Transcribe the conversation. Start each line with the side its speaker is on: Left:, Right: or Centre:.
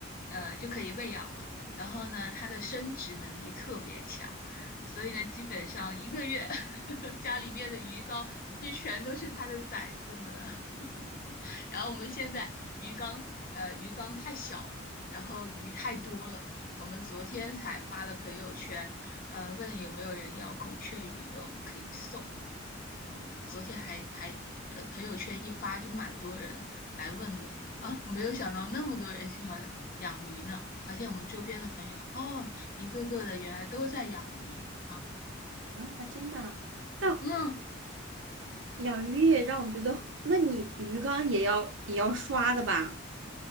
Left: 呃，就可以喂养了。然后呢，它的生殖能力特别强，所以呢，基本上一个月 <laughs> 家里面的鱼缸就全都是它的崽子们了。<laughs> 然后我们现在鱼缸，呃，鱼缸太小了。然后鱼太多了，我们昨天才发了朋友圈，呃，问有没有人要孔雀鱼的，我们可以送哦。昨天还还呃，朋友圈一发就蛮多人来问的啊，没有想到那么多人喜欢养鱼呢。我发现我们周边的朋友哦，一个个的原来都在养鱼啊。
Right: 啊，真的，但
Left: 嗯，
Right: 养鱼也让我觉得，那你鱼缸也要也要刷的吧？